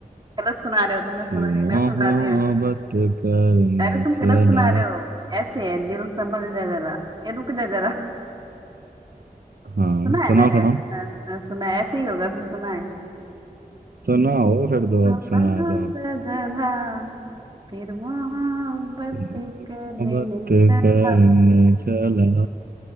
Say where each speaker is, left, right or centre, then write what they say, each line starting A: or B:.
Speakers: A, on the right (about 30°); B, on the right (about 75°).
A: गलत सुना रहे हो तुमने
B: फिर
A: सुना नहीं
B: मोहब्बत
A: मैं सुनाती हूँ
B: करने
A: अरे तुम
B: चला
A: गलत सुना रहे हो ऐसे है दिल संभल जा जरा ये रुक जा जरा
B: हाँ
A: सुना है
B: सुनाओ
A: मैंने
B: सुनाओ
A: सुना सुना सुना है, ऐसे ही होगा फिर सुना है
B: सुनाओ
A: दिल
B: फिर दो
A: संभल
B: अब सुनाए तो आप
A: जा जरा फिर मोहब्बत
B: मोहब्बत
A: करने चला
B: करने
A: था।
B: चला